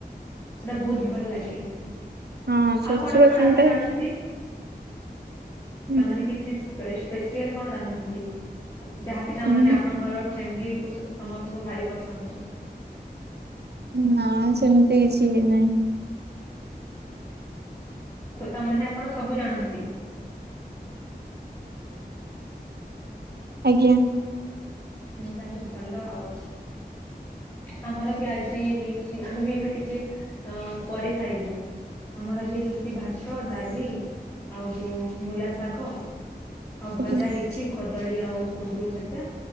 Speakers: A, on the left; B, on the right.
A: ସେଇଟା ବୋହୁତ ଭଲ ଲାଗେ।
B: ହଁ ସୋରିଷ
A: ଆଉ କଣ
B: ବାଟଣ
A: କଣ ରାନ୍ଧି
B: ଟା
A: ଜାଣନ୍ତି?
B: ହୁଁ
A: ତାମାନେ କିଛି ସ୍ପେସିଆଲ କଣ ରାନ୍ଧନ୍ତି? ଯାହାକି ତାମାନେ
B: ହୁଁ
A: ଆପଣଙ୍କର ଫ୍ୟାମିଲି ସମସ୍ତଙ୍କୁ ଭାରି ପସନ୍ଦ କରୁ।
B: ନା ସେମିତି କିଛି ବି ନାହିଁ।
A: ସେଟା ମାନେ ଆପଣ ସବୁ ଜାଣନ୍ତି?
B: ଆଜ୍ଞା।
A: ମୁଁ ତାହେଲେ ଭଲ ଆଉ। ଆମର ବି ଆଜି ହେଇଛି ଆମେ ବି ଏବେ ଟିକେ ଅଁ ପରେ ଖାଇବୁ। ଆମର ଆଜି ହେଇଚି ଭାତ ଡାଲି ଆଉ ଯୋଉ ମୂଲା ଶାଗ ଆଉ ଭଜା
B: ଆଜ୍ଞା
A: ହେଇଛି। କଦଳୀ ଆଉ କୁନ୍ଦୁରି ଭଜା